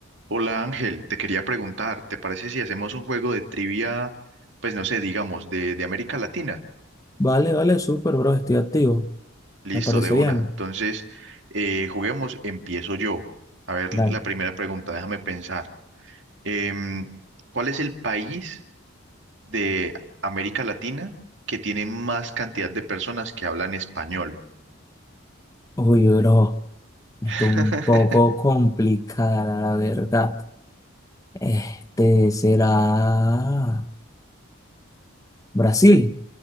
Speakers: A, on the right (about 55°); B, on the left (about 15°).
A: Hola Ángel, te quería preguntar, ¿te parece si hacemos un juego de trivia, pues no sé, digamos, de, de América Latina?
B: Vale, vale, súper, bro, estoy activo.
A: Listo,
B: Me parece
A: de una.
B: bien.
A: Entonces, eh, juguemos, empiezo yo. A ver,
B: Dale.
A: la primera pregunta, déjame pensar. Em, ¿cuál es el país de América Latina que tiene más cantidad de personas que hablan español?
B: Uy, bro, está
A: <laughs>
B: un poco complicada, la verdad. Este será Brasil.